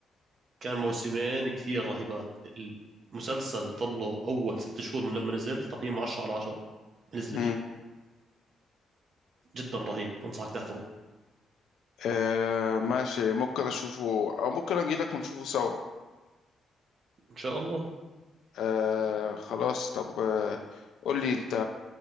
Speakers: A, on the right (about 45°); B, on the left (about 80°).
A: كان موسمين كثير رهيبات المسلسل ظله أول ست شهور من لما نزل تقييمه 10 على 10 نزلش
B: مم.
A: جدا رهيب انصحك تحضره
B: آه ماشي ممكن اشوفه او ممكن اجي لك ونشوفه سوا
A: ان شاء الله
B: آه خلاص طب آه قول لي انت